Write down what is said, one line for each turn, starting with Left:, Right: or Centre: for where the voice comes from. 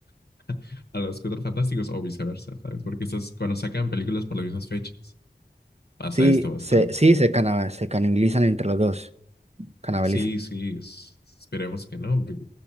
Left: <laughs> a los Cuatro Fantásticos o viceversa, ¿sabes? Porque estas, cuando sacan películas por las mismas fechas, pasa
Right: Sí,
Left: esto bastante.
Right: se, sí, se, cana- se canibalizan entre los dos, canibalizan.
Left: Sí, sí, es- esperemos que no, porque